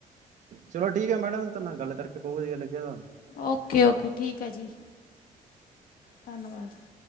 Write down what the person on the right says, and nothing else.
ਚਲੋ ਠੀਕ ਹੈ ਮੈਡਮ ਤੁਹਾਡੇ ਨਾਲ ਗੱਲ ਕਰਕੇ ਬਹੁਤ ਵਧੀਆ ਲੱਗਿਆ ਤੁਹਾਨੂੰ